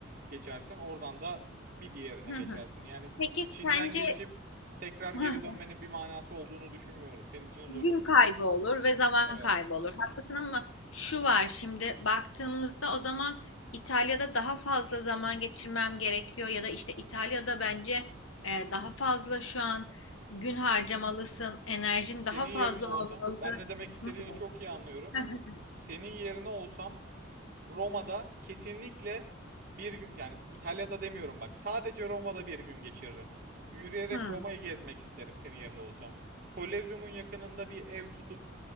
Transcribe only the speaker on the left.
Hı
hı.
Peki
sence
<laughs>
gün
kaybı olur ve zaman
kaybı olur. Haklısın ama şu var şimdi baktığımızda o zaman İtalya'da daha fazla zaman geçirmem gerekiyor ya da işte İtalya'da bence e, daha fazla şu an gün harcamalısın, enerjin
daha fazla
olmalı.
Hı.
<laughs>
Hı.